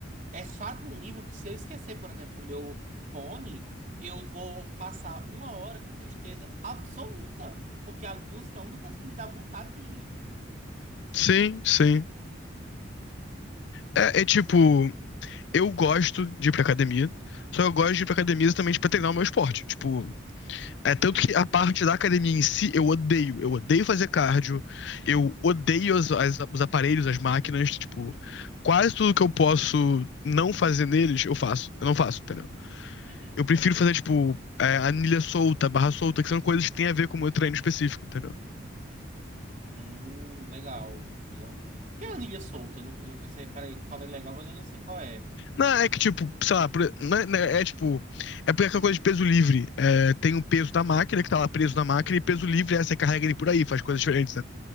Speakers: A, on the right; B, on the left.
A: é chato num nível que se eu esquecer, por exemplo, o meu fone, eu vou passar uma hora de tristeza absoluta. Porque a música é a única coisa que me dá vontade de ir.
B: Sim, sim. É, é tipo, eu gosto de ir pra academia, só que eu gosto de ir pra academia exatamente pra treinar o meu esporte. Tipo, É
A: Uhum,
B: tanto que a parte da academia em si eu odeio. Eu odeio fazer cardio, eu odeio as- as- os aparelhos, as máquinas, tipo,
A: uhum,
B: quase tudo que eu posso não fazer neles, eu faço. Eu não faço, entendeu?
A: uhum.
B: Eu prefiro fazer, tipo, é, anilha solta, barra solta, que são coisas que têm a ver com o meu treino específico, entendeu?
A: Hum, legal. Eu não- O que é a anilha solta? Eu não- eu- essa- Peraí, que eu falei legal, mas eu não sei qual é.
B: Não, é que, tipo, sei lá, por- não é, não é, é, tipo, é porque é aquela coisa de peso livre. É, tem o peso da máquina que tá lá preso na máquina, e peso livre é você carrega ele por aí, faz coisas diferentes,